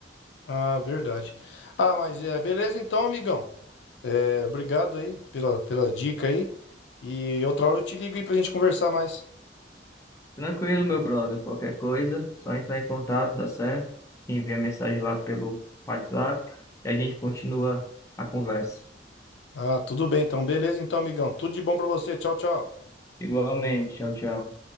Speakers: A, on the left; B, on the left.
A: Ah, verdade. Ah, mas é, beleza então, amigão. É, obrigado aí pela, pela dica aí. E outra hora eu te ligo aí pra gente conversar mais.
B: Tranquilo, meu brother. Qualquer coisa, só entrar em contato, dá certo? Envia mensagem lá pelo WhatsApp e a gente continua a conversa.
A: Ah, tudo bem então. Beleza então, amigão. Tudo de bom pra você. Tchau, tchau.
B: Igualmente, tchau, tchau.